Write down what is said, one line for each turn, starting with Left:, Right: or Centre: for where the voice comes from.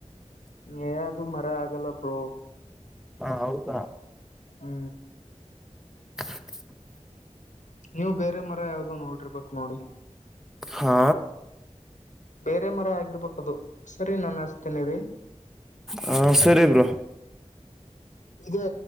Left: ಏ ಅದು ಮರ ಆಗಲ್ಲ ಬ್ರೋ
Centre: ಹಾ ಹೌದಾ
Left: ಹ್ಮ
Centre: <inaudible>
Left: ನೀವು ಬೇರೆ ಮರ ಯಾವುದೋ ನೋಡಿರ್ಬೇಕು ನೋಡಿ.
Centre: ಹಾ
Left: ಬೇರೆ ಮರ ಆಗಿರ್ಬೇಕದು ಸರಿ ನನ್ ಅಸ್ತೇನಿರಿ.
Centre: ಹಾ ಸರಿ ಬ್ರೋ.
Left: ಇದೆ